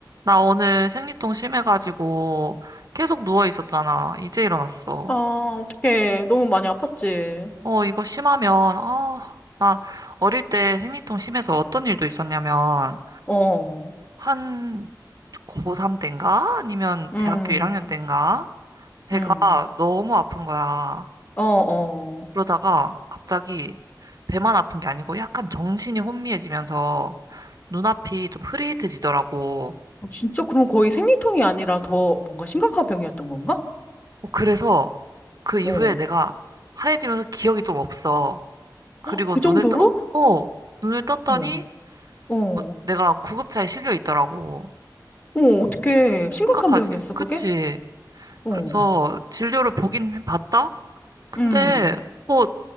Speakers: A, on the right; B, on the left.
A: 나 오늘 생리통 심해가지고 계속 누워 있었잖아. 이제 일어났어.
B: 아, 어떡해. 너무 많이 아팠지.
A: 어, 이거 심하면, 아, 나 어릴 때 생리통 심해서 어떤 일도 있었냐면,
B: 어,
A: 한 고3 때인가? 아니면
B: 음,
A: 대학교 1학년 때인가? 배가
B: 음,
A: 너무 아픈 거야.
B: 어, 어.
A: 그러다가 갑자기 배만 아픈 게 아니고 약간 정신이 혼미해지면서 눈앞이 좀 흐릿해지더라고.
B: 진짜 그럼 거의 생리통이 아니라 더 뭔가 심각한 병이었던 건가?
A: 어, 그래서 그 이후에
B: 어,
A: 내가 하얘지면서 기억이 좀 없어. 그리고
B: 헉, 그
A: 눈을
B: 정도로?
A: 떠, 어, 눈을 떴더니
B: 뭐, 어,
A: 우- 내가 구급차에 실려 있더라고.
B: 어머, 어떡해. 심각한
A: 심각하지?
B: 병이었어,
A: 그치?
B: 그게? 어,
A: 그래서 진료를 보긴 봤다? 근데
B: 음,
A: 뭐